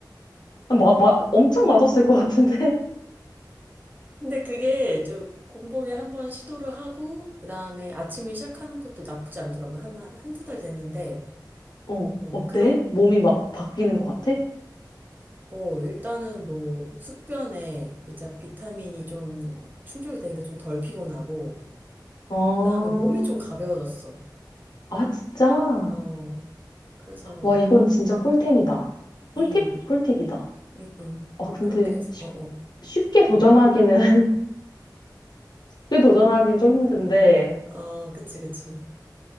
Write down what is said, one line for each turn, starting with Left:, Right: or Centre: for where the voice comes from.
Left: 마, 마, 엄청 맛없을 것 같은데?
Right: 근데 그게 좀 공복에 한번 시도를 하고, 그 다음에 아침을 시작하는 것도 나쁘지 않더라고. 한, 한, 한두 달 됐는데,
Left: 어,
Right: 어,
Left: 어때?
Right: 그런
Left: 몸이 막 바뀌는 것 같아?
Right: 뭐, 일단은 뭐, 숙변에 이제 비타민이 좀 충족이 되니까 좀 덜 피곤하고,
Left: 아,
Right: 그 다음에 몸이 좀 가벼워졌어.
Left: 아, 진짜?
Right: 어, 그래서,
Left: 와, 이건 진짜 꿀템이다. 꿀팁?
Right: 음,
Left: 꿀팁이다.
Right: 음, 음.
Left: 아, 근데
Right: 그렇게 해서,
Left: 쉽,
Right: 어, 어.
Left: 쉽게 도전하기는, <laughs> 쉽게 도전하긴 좀 힘든데,
Right: 어, 그치, 그치.